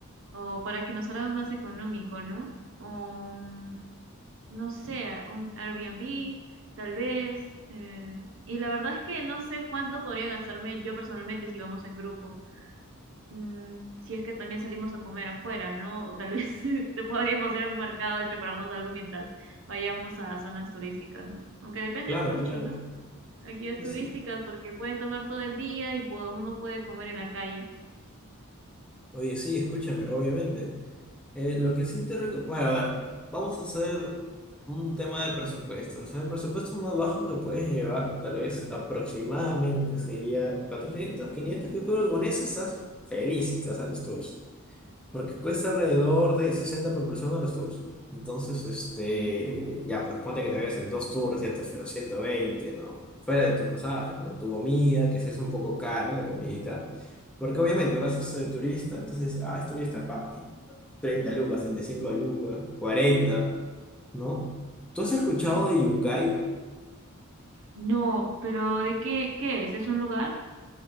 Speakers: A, on the right (about 60°); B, in the centre.
A: o para que nos salga más económico, ¿no? o mm, no sé, un Airbnb, tal vez. eh, y la verdad es que no sé cuánto podría gastarme yo personalmente si vamos en grupo. Mm, si es que también salimos a comer afuera, ¿no? O tal vez <laughs> te podríamos ir a un mercado y prepararnos algo mientras vayamos a zonas turísticas, ¿no? Aunque depende
B: Claro,
A: mucho,
B: claro.
A: ¿no? Aquí es
B: Sí,
A: turísticas
B: sí.
A: porque pueden tomar todo el día y pu- uno puede comer en la calle.
B: Oye, sí, escúchame, obviamente. Eh, lo que sí te recomiendo... Bueno, a ver, vamos a hacer un tema de presupuesto. O sea, el presupuesto más bajo que puedes llevar, tal vez aproximadamente, sería 400, 500. Yo creo que con eso estás felicito a los tours. Porque cuesta alrededor de 60 por persona los tours. Entonces, este,
A: Ujú.
B: ya, pues ponte que te ves en dos tours, ya te hacen los 120, ¿no? Fuera de tus pasajes, ¿no? Tu comida, que si es un poco cara la comidita. Porque obviamente vas a ser turista, entonces, ah, es turista, pa, 30 lucas, 35 lucas, 40, ¿no? ¿Tú has escuchado
A: Ay, sí.
B: de Yungay?
A: No, pero ¿de qué, qué es? ¿Es un lugar?